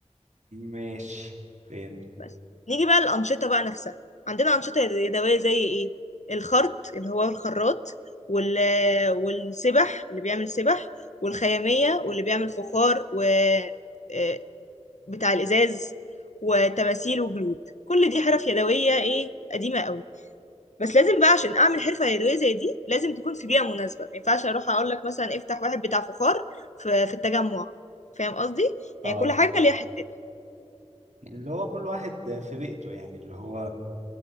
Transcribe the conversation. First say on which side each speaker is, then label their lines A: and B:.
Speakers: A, on the right; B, on the left.
A: ماشي فين
B: بس نيجي بقى الأنشطة بقى نفسها عندنا أنشطة يدوية زي إيه الخرط اللي هو الخراط وال... والسبح اللي بيعمل سبح والخيامية واللي بيعمل فخار و آه، بتاع الإزاز وتماثيل وجلود كل دي حرف يدوية إيه قديمة قوي بس لازم بقى عشان أعمل حرفة يدوية زي دي لازم تكون في بيئة مناسبة ما ينفعش أروح أقول لك مثلا افتح واحد بتاع فخار في, في التجمع فاهم قصدي يعني
A: اه
B: كل حاجة ليها حتتها
A: اللي هو كل واحد في بيئته يعني اللي هو